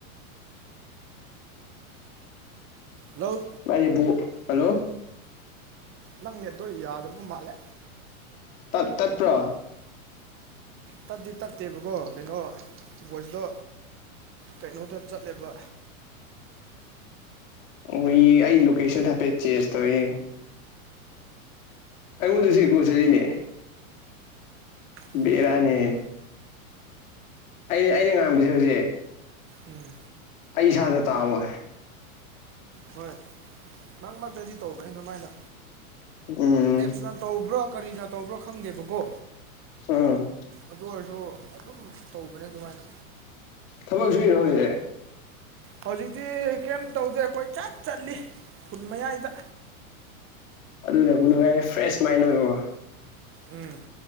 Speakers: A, on the right; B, on the left.
A: ꯍꯜꯂꯣ
B: ꯑꯩꯕꯨ ꯍꯜꯂꯣ
A: ꯅꯪ ꯅꯦꯠꯇꯣ ꯌꯥꯗꯕ ꯃꯥꯜꯂꯦ
B: ꯇꯞ ꯇꯠꯄ꯭ꯔꯣ
A: ꯇꯠꯇꯤ ꯇꯠꯇꯦꯕꯀꯣ ꯀꯩꯅꯣ ꯚꯣꯏꯁꯇꯣ ꯀꯩꯅꯣꯗ ꯆꯠꯂꯕ
B: ꯑꯣ ꯑꯩ ꯂꯣꯀꯦꯁꯟ ꯍꯥꯏꯐꯦꯠ ꯆꯦꯟꯖ ꯇꯧꯋꯦ ꯑꯩꯉꯣꯟꯗꯁꯨ ꯄꯣꯠꯆꯔꯤꯅꯦ
A: ꯎꯝ
B: ꯕꯦꯔꯅꯤ ꯑꯩꯅ ꯑꯩꯅ ꯉꯥꯡꯕꯁꯦ ꯍꯧꯖꯤꯛ
A: ꯎꯝ
B: ꯑꯩ ꯏꯁꯥꯗ ꯇꯥꯕ ꯍꯥꯏ
A: ꯍꯣꯏ ꯅꯪ ꯃꯔꯛꯇꯗꯤ ꯇꯧꯕꯅꯤ ꯑꯗꯨꯃꯥꯏꯅ
B: ꯎꯝ
A: ꯑꯦꯞꯁ ꯇꯧꯕ꯭ꯔꯣ ꯀꯔꯤꯅ ꯇꯧꯕ꯭ꯔꯣ ꯈꯪꯗꯦꯕꯀꯣ
B: ꯎꯝ
A: ꯑꯗꯨ ꯑꯣꯏꯔꯁꯨ ꯑꯗꯨꯝ ꯇꯧꯕꯅꯦ ꯑꯗꯨꯃꯥꯏꯅ
B: ꯊꯕꯛ ꯁꯨꯏꯔꯣ ꯍꯧꯖꯤꯛ
A: ꯍꯧꯖꯤꯛꯇꯤ ꯀꯩꯝ ꯇꯧꯗꯦ ꯀꯣꯏ ꯆꯠ ꯆꯠꯂꯤ ꯈꯨꯟ ꯃꯌꯥꯏꯗ
B: ꯑꯗꯨꯗꯕꯨ ꯅꯨꯡꯉꯥꯏꯔꯦ <unintelligible> ꯑꯣꯏꯕꯀꯣ
A: ꯎꯝ